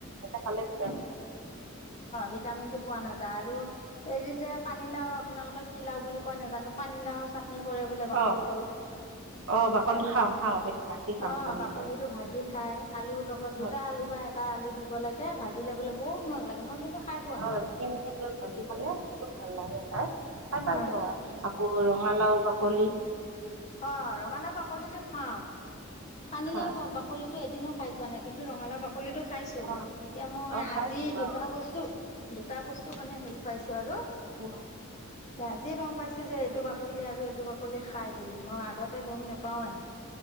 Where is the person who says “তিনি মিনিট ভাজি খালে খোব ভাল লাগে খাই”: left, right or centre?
Right